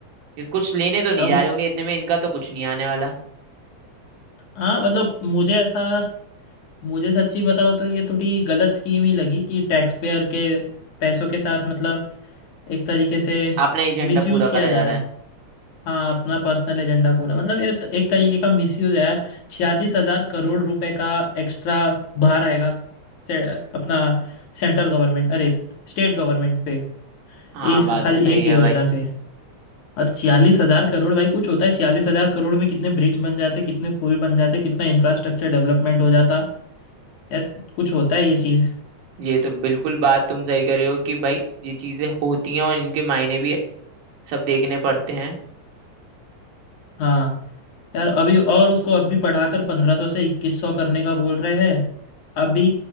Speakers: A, on the right; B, on the left.
A: ये कुछ लेने तो नहीं
B: अब
A: जा रहे होंगे इतने में इनका तो कुछ नहीं आने वाला
B: हाँ मतलब मुझे ऐसा मुझे सच्ची बताओ तो ये थोड़ी गलत स्कीम ही लगी कि टैक्स पेयर के पैसों के साथ मतलब एक तरीके से
A: अपना एजेंडा
B: मिसयूज
A: पूरा
B: किया
A: करा
B: जा
A: जा
B: रहा
A: रहा
B: है
A: है
B: हाँ अपना पर्सनल एजेंडा पूरा मतलब ये तो एक तरीके का मिसयूज है यार छियालीस हजार करोड़ रुपए का एक्स्ट्रा भार आएगा से, अपना सेंट्रल गवर्नमेंट अरे स्टेट गवर्नमेंट पे
A: हाँ
B: इस
A: बात
B: खाली
A: तो सही
B: एक
A: है
B: योजना
A: भाई
B: से और छियालीस हजार करोड़ भाई कुछ होता है छियालीस हजार करोड़ में कितने ब्रिज बन जाते कितने पुल बन जाते कितना इंफ्रास्ट्रक्चर डेवलपमेंट हो जाता यार कुछ होता है ये चीज
A: ये तो बिल्कुल बात तुम सही कर रहे हो कि भाई ये चीजें होती हैं और इनके मायने भी सब देखने पड़ते हैं
B: हाँ यार अभी और उसको अभी पढ़ाकर पंद्रह सौ से इक्कीस सौ करने का बोल रहे हैं अभी